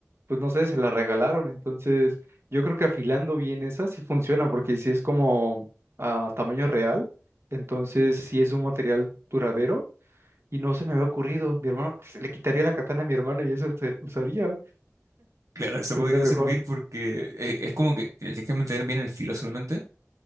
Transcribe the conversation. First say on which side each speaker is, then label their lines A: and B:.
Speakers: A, on the right; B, on the right.
A: pues no sé, se la regalaron, entonces yo creo que afilando bien esa sí funciona, porque si es como a tamaño real, entonces sí es un material duradero y no se me había ocurrido, mi hermano, se le quitaría la katana a mi hermano y eso se usaría,
B: Claro, eso
A: tendría
B: podría
A: mejor.
B: servir porque eh, es, como que tienes que mantener bien el filo solamente.